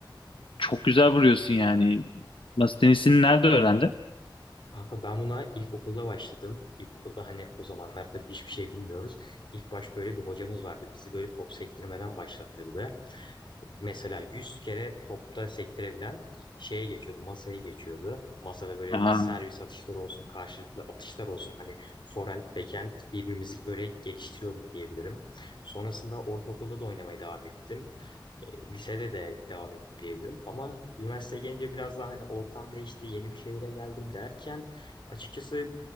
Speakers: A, on the left (about 85°); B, on the left (about 65°).
A: çok güzel vuruyorsun yani. Masa tenisini nerede öğrendin?
B: Kanka ben buna ilkokulda başladım. İlkokulda hani o zamanlar tabii hiçbir şey bilmiyoruz. İlk baş böyle bir hocamız vardı. Bizi böyle top sektirmeden başlattırdı. Mesela 100 kere topta sektirebilen şeye geçiyordu, masaya geçiyordu. Masada böyle
A: Aha.
B: servis atışları olsun, karşılıklı atışlar olsun. Hani forehand, backhand birbirimizi böyle geliştiriyorduk diyebilirim. Sonrasında ortaokulda da oynamaya devam ettim. E, lisede de devam ettim diyebilirim. Ama üniversiteye gelince biraz daha hani ortam değişti, yeni bir şehire geldim derken açıkçası